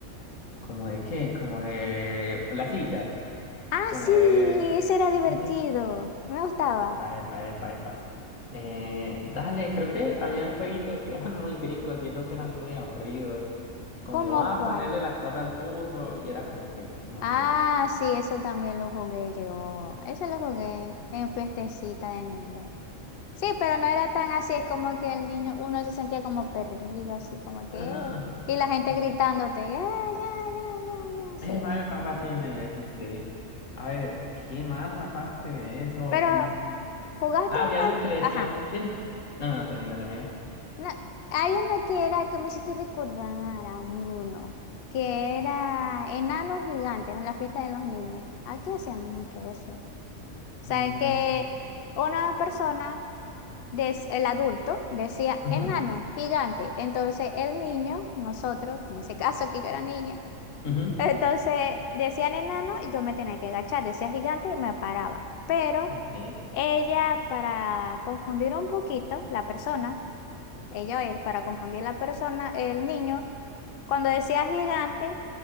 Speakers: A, on the left (about 80°); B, on the left (about 60°).
A: ¿Como de qué? Como de las sillas.
B: Ah,
A: Poner.
B: sí, ese era divertido.
A: Ujú.
B: Me gustaba.
A: Epa, epa, epa, epa. Eh, dale, creo que habían jueguitos que eran muy gringos y esos eran muy aburridos. Como,
B: ¿Cómo
A: ah,
B: cuál?
A: ponerle la corra al burro y era como que, no
B: Ah,
A: sé.
B: sí, eso también lo jugué yo. Ese lo jugué en fiestecita de niño. Sí, pero no era tan así, es como que el niño, uno se sentía como perdido, así como que,
A: Ajá,
B: "Eh",
A: ajá.
B: y la gente
A: Como,
B: gritándote, "Ya, ya, ya, ya, ya", sí.
A: epa, epa, epa, sí, medio XT. A ver, ¿qué más aparte de eso?
B: Pero
A: Mm,
B: jugaste
A: Ah, había
B: una,
A: algo que le decían.
B: ajá,
A: Dime. No, no, termina, termina.
B: una- hay una que era, que me hiciste recordar a uno, que era enanos gigantes en la fiesta de los niños. Aquí hacíamos mucho eso. O sea,
A: Mm,
B: que una persona des- el adulto decía
A: ujú,
B: enano, gigante. Entonces el niño, nosotros, en ese caso que yo era niña,
A: ujú.
B: <laughs> entonces decían enano y yo me tenía que agachar, decía gigante y me paraba. Pero
A: Ok.
B: ella, para confundir un poquito la persona, ella o él, para confundir la persona, el niño, cuando decía gigante,